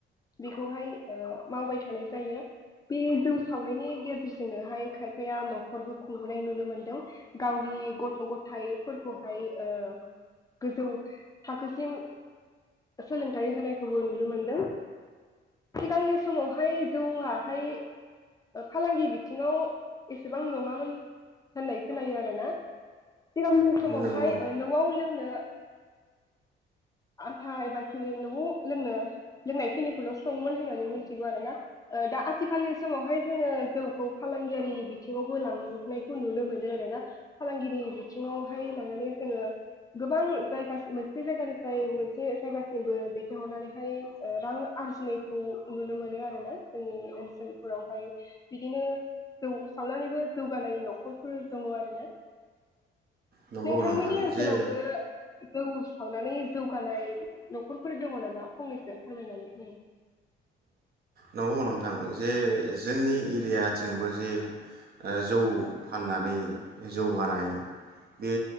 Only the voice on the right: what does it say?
नंगौ
नंगौ
नोंथां
जे
नंगौ नोंथां जे जोंनि एरियाथिंबो जे जौ फाननानै जौगानाय बे